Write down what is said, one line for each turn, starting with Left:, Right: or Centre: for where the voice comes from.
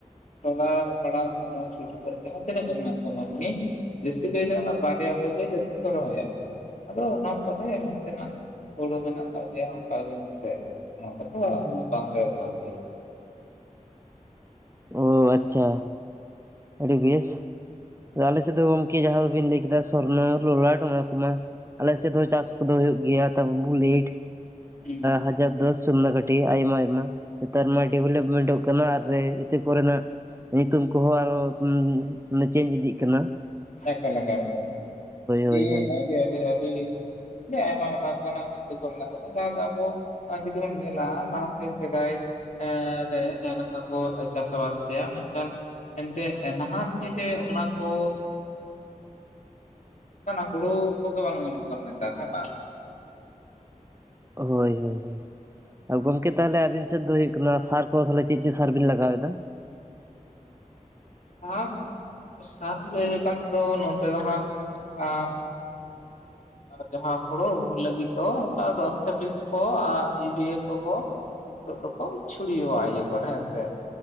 Left: ᱴᱚᱞᱟ ᱯᱟᱲᱟ ᱥᱮ ᱱᱚᱣᱟ ᱥᱩᱨ ᱥᱩᱯᱩᱨ ᱨᱮ ᱡᱟᱦᱟᱸ ᱛᱤᱱᱟᱹᱜ ᱜᱮ ᱢᱮᱱᱟᱜ ᱠᱚᱣᱟ ᱢᱟᱹᱱᱢᱤ ᱡᱟᱹᱥᱛᱤ ᱜᱮ ᱵᱟᱨᱭᱟ ᱦᱩᱲᱩ ᱜᱮ ᱡᱟᱹᱥᱛᱤ ᱠᱚ ᱨᱚᱦᱚᱭᱟ ᱟᱫᱚ ᱚᱱᱟ ᱯᱚᱨᱮ ᱚᱱᱛᱮ ᱱᱟᱜ ᱦᱩᱲᱩ ᱢᱮᱱᱟᱜ ᱟᱠᱟᱫ ᱜᱮᱭᱟ ᱚᱱᱠᱟ ᱜᱮ ᱚᱱᱟᱠᱟ ᱜᱮ ᱦᱮᱸ ᱥᱮ ᱚᱱᱟ ᱠᱚᱫᱚ ᱩᱱᱟᱹ ᱜ ᱵᱟᱝ ᱵᱮᱵᱚᱦᱟᱨ ᱜᱮᱭᱟ᱾
Right: ᱚ ᱟᱪᱪᱷᱟ ᱟᱹᱰᱤ ᱵᱮᱥ ᱟᱞᱮ ᱥᱮᱫᱩ ᱜᱚᱢᱠᱮ ᱡᱟᱦᱟᱸ ᱫᱚᱵᱤᱱ ᱞᱟᱹᱭ ᱠᱮᱫᱟ ᱥᱚᱨᱱᱚ ᱞᱚᱞᱟᱴ ᱠᱚᱢᱟ ᱟᱞᱮᱥᱮᱫ ᱦᱚᱸ ᱪᱟᱥ ᱠᱚ ᱫᱚ ᱦᱚᱭᱚᱜ ᱜᱮᱭᱟ ᱛᱟᱨᱯᱚᱨᱮ ᱵᱩᱞᱤᱮᱴ
Left: ᱦᱩᱸ
Right: ᱦᱟᱡᱟᱨ ᱫᱚᱥ ᱥᱩᱱᱱᱚ ᱠᱟᱹᱴᱷᱤ ᱟᱭᱢᱟ ᱟᱭᱢᱟ ᱱᱮᱛᱟᱨ ᱢᱟ ᱰᱮᱵᱷᱞᱚᱯᱢᱮᱱᱴ ᱚᱜ ᱠᱟᱱᱟ ᱟᱨ <unintelligible> ᱠᱚᱨᱮ ᱱᱟᱜ ᱧᱩᱛᱩᱢ ᱠᱚ ᱦᱚᱸ ᱟᱨᱚᱸ ᱪᱮᱧᱡᱽ ᱤᱫᱤᱜ ᱠᱟᱱᱟ ᱾
Left: ᱪᱠᱟᱞᱟᱠᱟ ᱨᱮ ᱟᱹᱰᱤ
Right: ᱦᱳᱭ ᱦᱳᱭ
Left: ᱟᱹᱰᱤ ᱟᱹᱰᱤ ᱟᱹᱰᱤ ᱟᱭᱢᱟ ᱟᱭᱢᱟ ᱚᱱᱟᱜ ᱤᱛᱟᱹ ᱠᱚ ᱢᱮᱱᱟᱜ ᱠᱚᱛᱟ ᱡᱟᱦᱟᱸ ᱫᱚ ᱟᱵᱚ ᱡᱩᱫᱤ ᱵᱚᱱ ᱧᱮᱞᱟ ᱞᱟᱦᱟ ᱛᱮ ᱥᱮᱫᱟᱭ ᱮ ᱨᱮ ᱡᱟᱦᱟᱸ ᱞᱮᱠᱟ ᱠᱚ ᱪᱟᱥᱵᱟᱥ ᱜᱮᱭᱟ ᱢᱮᱱᱠᱷᱟᱱ ᱮᱱᱛᱮᱫ ᱱᱟᱦᱟᱜ ᱡᱮ ᱚᱱᱟᱠᱚ ᱚᱱᱠᱟᱱᱟᱜ ᱦᱩᱲᱩ ᱠᱚᱜᱮ ᱵᱟᱝ ᱧᱟᱢᱚᱜ ᱠᱟᱱᱟ ᱱᱮᱛᱟᱨ ᱦᱮᱸ ᱵᱟᱝ
Right: ᱦᱚᱭ ᱦᱚᱭ ᱦᱚᱭ ᱜᱚᱝᱠᱮ ᱛᱟᱦᱚᱞᱮ ᱟᱵᱤᱱ ᱥᱮᱫ ᱫᱚ ᱦᱚᱭᱚᱜ ᱠᱟᱱᱟ ᱥᱟᱨ ᱠᱚ ᱛᱟᱦᱮ ᱪᱮᱫ ᱪᱮᱫ ᱥᱟᱨ ᱵᱤᱱ ᱞᱟᱜᱟᱣᱮᱫᱟ?
Left: ᱟᱨ ᱥᱟᱨ ᱞᱟᱹᱭ ᱞᱮᱠᱟᱱ ᱛᱮᱫᱚ ᱱᱚᱛ ᱫᱚ ᱦᱟᱸᱜ ᱟᱻ ᱡᱟᱦᱟᱸ ᱦᱩᱲᱩ ᱞᱟᱹᱜᱤᱫ ᱫᱚ ᱚᱱᱠᱟ ᱫᱚ ᱥᱮ ᱵᱤᱥ ᱠᱚ ᱟᱨ ᱤᱭᱩᱨᱤᱭᱟ ᱠᱚᱠᱚ ᱱᱤᱛᱚᱜ ᱫᱚᱠᱚ ᱪᱷᱩᱲᱭᱟᱹᱼᱣᱟ ᱤᱭᱟᱹ ᱠᱚᱨᱮ ᱦᱮᱸ ᱥᱮ